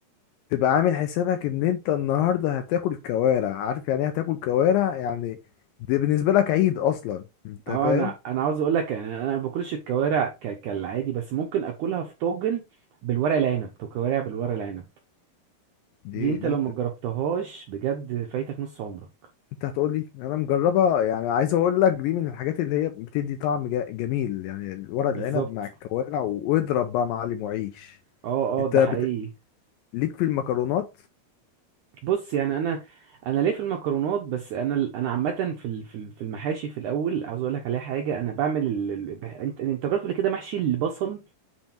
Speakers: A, on the left; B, on the right.
A: تبقى عامل حسابك ان انت النهارده هتاكل كوارع عارف يعني ايه هتاكل كوارع يعني دي بالنسبه لك عيد اصلا انت
B: اه
A: فاهم
B: انا انا عاوز اقول لك يعني انا ما باكلش الكوارع ك... كالعادي بس ممكن اكلها في طاجن بالورق العنب تو كوارع بالورق العنب
A: دي
B: دي انت
A: دي
B: لو ما جربتهاش بجد فايتك نص عمرك
A: انت هتقول لي انا مجربها يعني عايز اقول لك دي من الحاجات اللي هي بتدي طعم جا- جميل يعني ورق
B: بالظبط
A: العنب مع الكوارع واضرب بقى معلم وعيش
B: اه
A: انت
B: اه ده
A: بت...
B: حقيقي
A: ليك في المكرونات
B: بص يعني انا انا ليه في المكرونات بس انا ال- انا عامه في ال- في ال- في المحاشي في الاول عاوز اقول لك عليها حاجه انا بعمل ال... ال- بح- انت انت جربت قبل كده محشي البصل